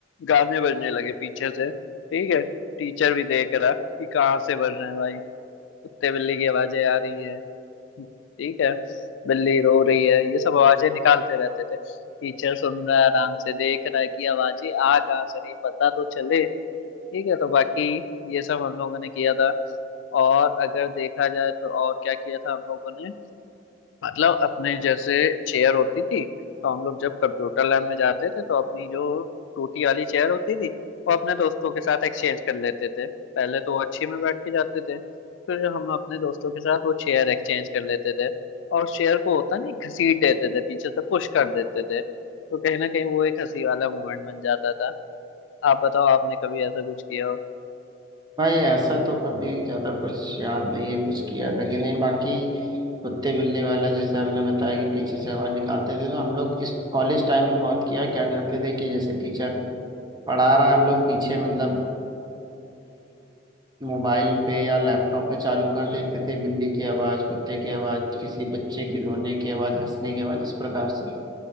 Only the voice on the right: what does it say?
भाई ऐसा तो कभी ज्यादा कुछ याद नहीं है कुछ किया था कि नहीं बाकी कुत्ते बिल्ली वाला जैसे आपने बताया कि पीछे से आवाज निकालते थे तो हम लोग इस कॉलेज टाइम में बहुत किया क्या करते थे कि जैसे टीचर पढ़ा रहा है हम लोग पीछे मतलब मोबाइल पे या लैपटॉप पे चालू कर देते थे बिल्ली की आवाज कुत्ते की आवाज किसी बच्चे की रोने की आवाज हंसने की आवाज इस प्रकार से